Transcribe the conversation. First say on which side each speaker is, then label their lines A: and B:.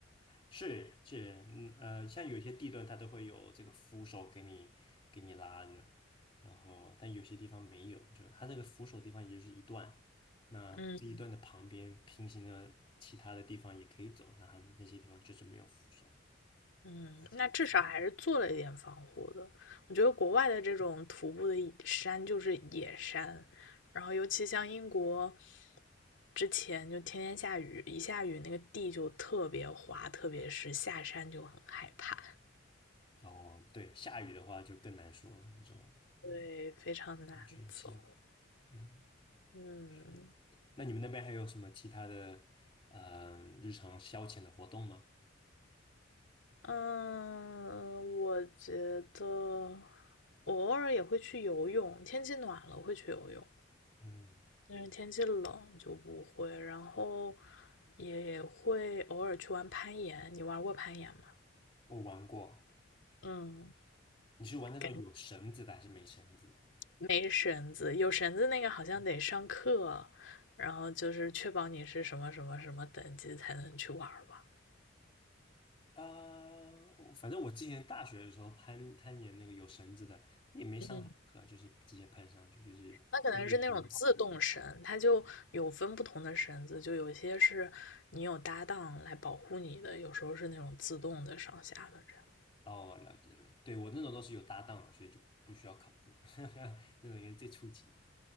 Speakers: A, on the left (about 25°); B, on the left (about 70°).
A: 是是，嗯呃，像有些地段它都会有这个扶手给你给你拉着，然后但有些地方没有，就它这个扶手地方也就是一段，那这一段的旁边平行的其他的地方也可以走，
B: 嗯
A: 那它那些地方就是没有扶手，
B: 嗯，
A: 自己
B: 那至少还是做了一点防护的。我觉得国外的这种徒步的山就是野山，然后尤其像英国，之前就天天下雨，一下雨那个地就特别滑，特别是下山就很害怕，
A: 哦，对，下雨的话就更难说了，这种
B: 对，非常难走。
A: 安全性，嗯，
B: 嗯，
A: 是。那你们那边还有什么其他的呃日常消遣的活动吗？
B: 嗯，我觉得我偶尔也会去游泳，天气暖了会去游泳，
A: 嗯，
B: 但是天气冷就不会。然后也会偶尔去玩攀岩，你玩过攀岩吗？
A: 我玩过。
B: 嗯，
A: 你是玩那种有绳子的还是没绳子的？
B: 感没绳子，有绳子那个好像得上课，然后就是确保你是什么什么什么等级才能去玩儿吧。
A: 呃，我反正我之前大学的时候攀攀岩那个有绳子的，也没上什么课，
B: 嗯。
A: 就是直接攀上去，就是需要有个人。
B: 那可能是那种自动绳，它就有分不同的绳子，就有些是你有搭档来保护你的，有时候是那种自动的上下的这样。
A: 哦，了解了，对，我那种都是有搭档的，所以就不需要考证，<laughs> 那种也是最初级的。